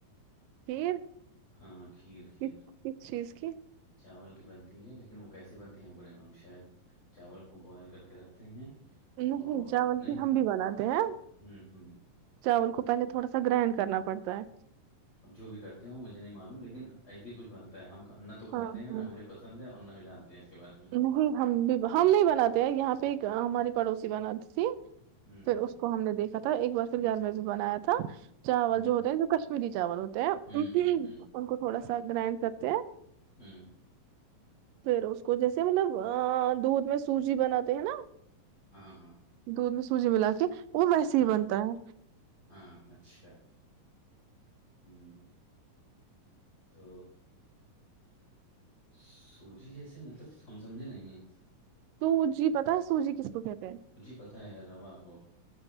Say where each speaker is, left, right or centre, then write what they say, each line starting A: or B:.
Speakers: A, on the right (about 80°); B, on the left (about 25°).
A: کھیر
B: ہاں کھیر کھیر
A: کس کس چیز کی
B: چاول کی بنتی ہے لیکن وہ کیسے بنتی ہے ہم کو نہیں معلوم شاید چاول کو بوائل کر کے رکھ ہیں
A: نہیں
B: اور
A: چاول
B: نہیں
A: کی ہم بھی بناتے ہیں
B: ہوں ہوں
A: چاول کو پہلے تھوڑا سا گرائنڈ کرنا پڑتا ہے
B: اب جو بھی کرتے ہو مجھے نہیں معلوم لیکن ایسے ہی کچھ ہم نہ تو کاتے
A: ہاں ہاں
B: ہیں نا مجھے پسند ہے اور نہ جانتے ہیں اس کے بارے میں
A: نہیں ہم بھی ہم نہیں بناتے ہیں یہاں پہ ایک ہماری پڑوسی بناتی تھی
B: ہوں
A: پھر
B: ہوں
A: اس کو ہم نے دیکھا تھا ایک بار پھر گیار وز بنایا تھا چاول
B: ہوں
A: جو ہوتے ہیں جو کشمیری چاول ہوتے ہیں
B: ہوں
A: ان
B: ہوں ہوں
A: کو تھوڑا سا گرائنڈ کرتے ہیں
B: ہوں
A: پھر اس کو جیسے مطلب دودھ میں سوجی بناتے ہیں نا
B: ہاں ہاں
A: دودھ میں سوجی ملا کے وہ ویسے
B: ہاں
A: ہی بنتا ہے
B: ہاں اچھا ہوں تو سو جی جیسے مطلب ہم سمجھے نہیں
A: تو جی پتا سو جی کس کو کہتے ہیں
B: بتیں ہے رواں کو